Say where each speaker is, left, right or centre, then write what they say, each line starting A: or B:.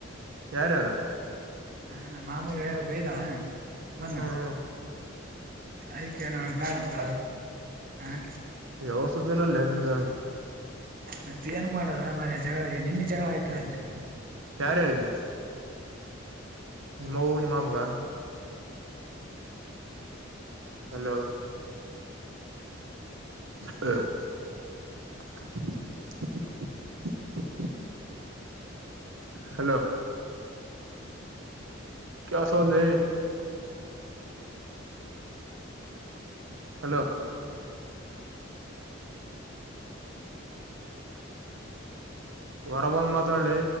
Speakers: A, on the right; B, on the right.
A: ಯಾರು ಯಾರು
B: ನಾಾನ ಮಾಮೂ ಬಯದಾವ ಬಂದಾನ
A: ಹ್ಮ್ ಹ್ಮ್
B: ಅಯ್ಕ ನೋ ಬೇಡ ಅಂತ ಹ
A: ಯಾವ ಸ್ದಲ್ಲಲ್ಲ ಅಲ್ಲಿಂದ
B: ಮತ್ ಏನ್ ಮಾಡದ ಮರ ಜಗಳ ನಿನ್ನ ಜಗಳ ಆಯ್ತ್ ರಾತ್ರಿ
A: ಯಾರ ಯಾರಿಗೆ ನಿಮ್ಮ ಹೂ ನಿಮ್ಮ ಅಮ್ಗ ಹಲೋ ಹಾ <unintelligible> <inaudible> ಹಲೋ ಕ ಸಲ್ ಹಲೋ ಹೊರಬಂದ್ ಮಾತಾಡ್ಲಿ